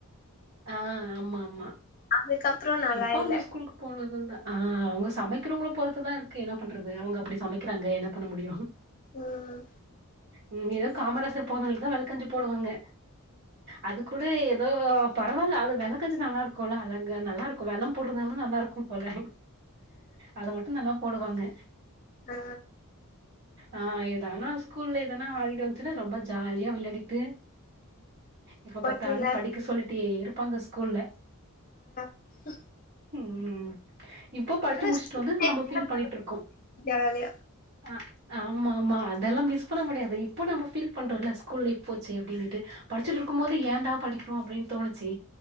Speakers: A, on the right; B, on the left.
A: ஆ ஆமா ஆமா
B: அதுக்கப்றோ நல்லா
A: இப்ப
B: இல்ல
A: அந்த ஸ்கூல்க்கு போனது தா ஆ அவுங்க சமைக்கிறவங்கள பொறுத்து தா இருக்கு என்ன பண்றது அவுங்க அப்டி சமைக்கிறாங்க என்ன பண்ண முடியு
B: ம்
A: ம் எதோ காமராசர் பொறந்த நாளுக் தா வெல்லக்கஞ்சி போடுவாங்க அது கூட எ தோ பரவால்ல அது வெல்லக்கஞ்சி நல்லாருக்குல்ல அழகா நல்லாருக்கு வெல்லம் போட்றதுனால தா நல்லாருக்கு போல அத மட்டு நல்லா போடுவாங்க
B: ஆ
A: ஆ எதானா ஸ்கூல்ல எதனா ஆடிட் வந்ச்சுன்னா ரொம்ப ஜாலியா விள்யாடிட்டு எப்ப
B: போட்டி
A: பாத்தாலு
B: எல்லாரு
A: படிக்க சொல்லிட்டே இருப்பாங்க ஸ்கூல்ல
B: உஹ
A: ம் இப்போ படிச்சு முடிச்ட்டு
B: ஸ்கூல்
A: வந்து இப்ப
B: லைஃப்
A: நம்ம ஃபீல் பண்ணிட்ருக்கோ
B: ஜாலியா
A: அ ஆமா ஆமா அதெல்லா மிஸ் பண்ண முடியாது இப்ப நம்ம ஃபீல் பண்றோல்ல ஸ்கூல் லைஃப் போச்சே அப்டினுட்டு படிச்சிட்ருக்கும்
B: ஆ
A: போது ஏண்டா படிக்கிறோ அப்டின் தோணுச்சி